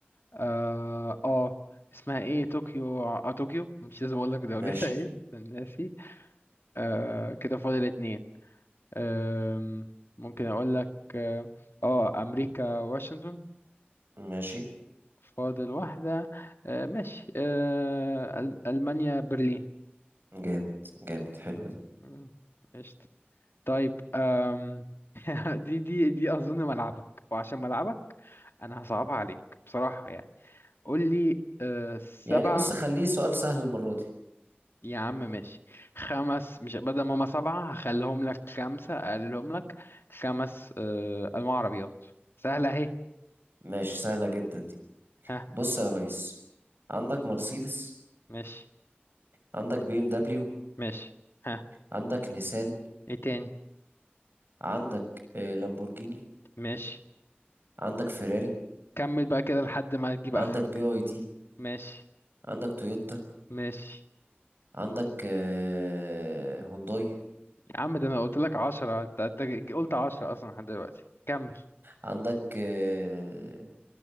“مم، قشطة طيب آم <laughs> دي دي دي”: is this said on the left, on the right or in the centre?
Left